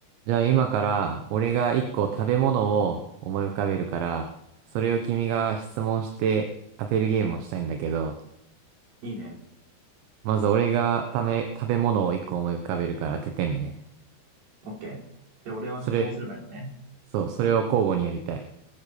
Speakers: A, on the right; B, on the right.
A: じゃあ今から俺が一個食べ物を思い浮かべるから、それを君が質問して当てるゲームをしたいんだけど、
B: いいね。
A: まず俺がため、食べ物を一個思い浮かべるから当ててね。
B: オッケーじゃあ、俺は質問すればいいのね。
A: それ、そう、それを交互にやりたい。